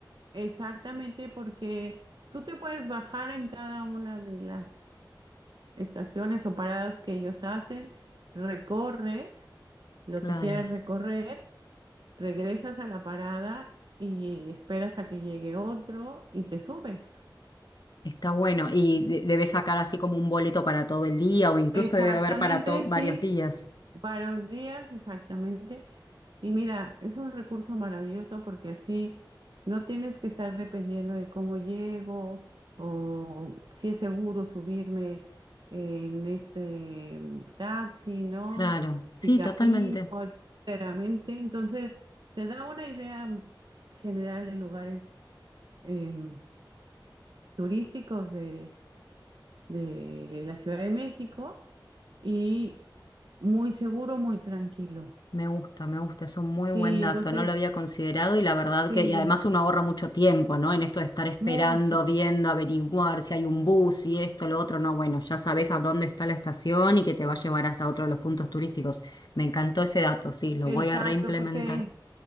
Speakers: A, on the right; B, on the left.
A: exactamente porque tú te puedes bajar en cada una de las estaciones o paradas que ellos hacen, recorres lo
B: Claro,
A: que quieras recorrer, regresas a la parada y esperas a que llegue otro y te subes.
B: está bueno. Y de- debes sacar así como un boleto para todo el día o incluso
A: Exactamente,
B: debe haber para to- varios
A: sí,
B: días.
A: varios días, exactamente. Y mira, es un recurso maravilloso porque así no tienes que estar dependiendo de cómo llego o si es seguro subirme en este mm, taxi, ¿no?
B: Claro,
A: Si
B: sí,
A: camino,
B: totalmente.
A: sinceramente. Entonces, te da una idea mm, general de lugares em, turísticos de, de la Ciudad de México y muy seguro, muy tranquilo.
B: Me gusta, me gusta, es un muy
A: Sí,
B: buen dato,
A: entonces,
B: no lo había considerado y la verdad
A: sí.
B: que, y además uno ahorra mucho tiempo, ¿no? En esto de estar esperando,
A: Mucho,
B: viendo, averiguar si hay un bus si esto, lo otro, no, bueno, ya sabes a dónde está la estación y que te va a llevar hasta otro de los puntos turísticos. Me encantó ese dato, sí, lo
A: exacto,
B: voy a reimplementar,
A: porque,